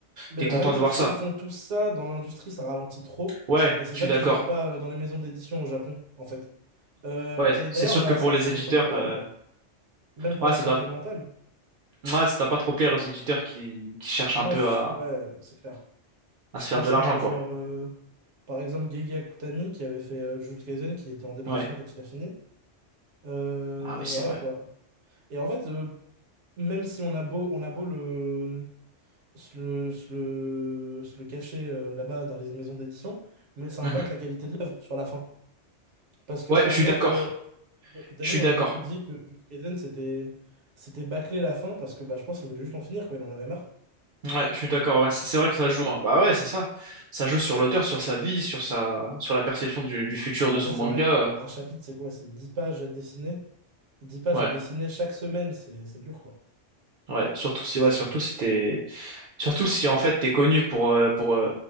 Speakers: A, on the right (about 75°); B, on the right (about 55°).
A: Mais
B: t'es
A: le
B: content
A: problème, c'est
B: de voir
A: que s'ils
B: ça.
A: font tout ça dans l'industrie, ça ralentit trop.
B: Ouais,
A: Et c'est
B: je
A: ça
B: suis d'accord.
A: qu'ils aiment pas euh, dans les maisons d'édition au Japon, en fait. Euh,
B: Ouais,
A: et
B: c'est
A: d'ailleurs,
B: sûr
A: bah,
B: que pour
A: ça,
B: les
A: ça cause
B: éditeurs,
A: plein de problèmes,
B: euh,
A: quoi. Même pour
B: ouais,
A: la
B: ça
A: santé
B: doit,
A: mentale.
B: ouais, ça doit pas trop plaire aux éditeurs qui, qui cherchent
A: Moi,
B: un peu
A: je...
B: à,
A: ouais, c'est clair.
B: à
A: Je
B: se
A: pense
B: faire de l'argent,
A: à, genre,
B: quoi.
A: euh, par exemple, Gege Akutami, qui avait fait euh, Jujutsu Kaisen, qui était en dépression
B: Ouais.
A: quand il a fini. Euh,
B: Ah ouais, c'est
A: voilà,
B: vrai.
A: quoi. Et en fait, euh, même si on a beau, on a beau le, se le, se le, se le cacher euh, là-bas dans les maisons d'édition, mais ça
B: Mhm.
A: impacte la qualité de l'œuvre sur la fin. Parce que
B: Ouais,
A: par
B: je suis
A: exemple,
B: d'accord.
A: euh, Yukutami,
B: Je suis
A: on
B: d'accord.
A: a beaucoup dit que Jujutsu Kaisen c'était c'était bâclé la fin parce que bah, je pense qu'il voulait juste en finir, quoi, il en avait marre.
B: Ouais, je suis d'accord. Ouais, c'est
A: Donc,
B: c'est
A: pour
B: vrai
A: le
B: que
A: coup,
B: ça
A: voilà.
B: joue. hein. Bah ouais, c'est ça. Ça joue sur l'auteur, sur sa vie, sur sa, sur la perception du, du futur
A: Après,
B: de son
A: c'est
B: manga.
A: vrai
B: euh.
A: qu'un chapitre, c'est quoi? C'est 10 pages à dessiner. dix pages
B: Ouais,
A: à dessiner chaque semaine, c'est c'est dur, quoi.
B: ouais. Surtout si,
A: C'est
B: ouais, surtout si t'es, surtout si en fait t'es connu pour, euh, pour, euh,